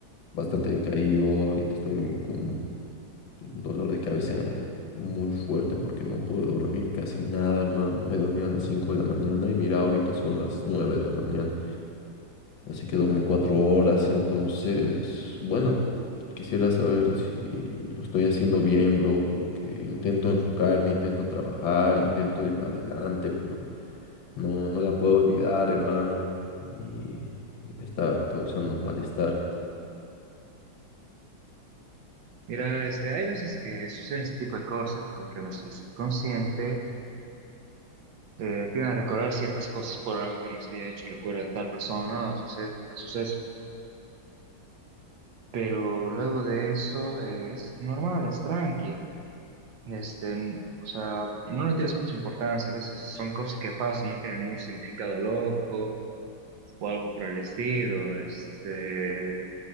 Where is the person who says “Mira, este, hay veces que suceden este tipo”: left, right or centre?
Right